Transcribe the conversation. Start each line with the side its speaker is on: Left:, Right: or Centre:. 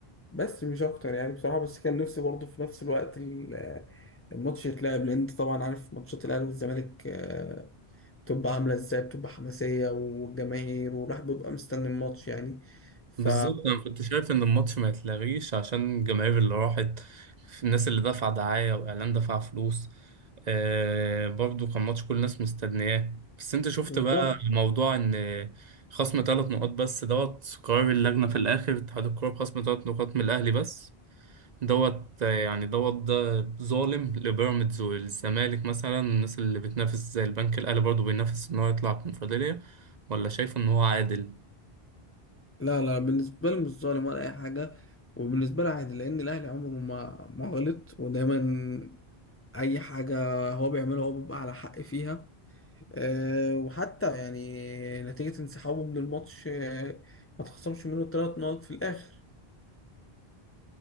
Left: بس مش اكتر يعني بصراحه بس كان نفسي برضه في نفس الوقت ال- الماتش يتلعب لان انت طبعا عارف ماتشات الاهلي والزمالك آه، بتبقى عامله ازاي بتبقى حماسيه والجماهير والواحد بيبقى مستني الماتش يعني ف
Right: بالظبط انا كنت شايف ان الماتش ما يتلغيش عشان الجماهير اللي راحت الناس اللي دفع دعاية واعلان دفع فلوس آه برضو كان ماتش كل الناس مستنياه بس انت شفت
Left: بالظبط
Right: بقى موضوع ان خصم ثلاث نقاط بس دوت قرار اللجنة في الاخر اتحاد الكورة بخصم ثلاث نقاط من الاهلي بس دوت آه، يعني دوت ده ظالم لبيراميدز والزمالك مثلا الناس اللي بتنافس زي البنك الاهلي برضو بينافس ان هو يطلع الكونفدرالية ولا شايفه ان هو عادل
Left: لا لا بالنسبه لي مش ظالم ولا اي حاجه وبالنسبه لي عادي لان الاهلي عمره ما ما غلط ودايما اي حاجه هو بيعملها هو بيبقى على حق فيها آه، وحتى يعني نتيجة انسحابه من الماتش آه، ما تخصمش منه ثلاث نقط في الآخر